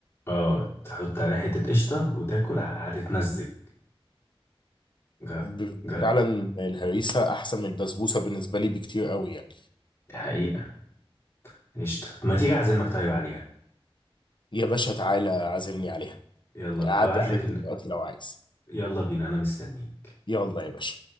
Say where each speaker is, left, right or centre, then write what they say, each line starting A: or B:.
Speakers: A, on the left; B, on the left.
A: اه تحط عليها حتة قشطة وتاكل ه- هتتمزج جا
B: ب-
A: جا
B: فعلا الهريسه احسن من البسبوسه بالنسبه لي بكتير قوي يعني
A: دي حقيقة قشطة ما تيجي أعزمك طيب عليها
B: يا باشا تعالى عازمني عليها
A: يلا
B: اعدي
A: هبعت
B: عليك
A: لك ال...
B: دلوقتي لو عايز
A: يلا بينا أنا مستنيك
B: يلا يا باشا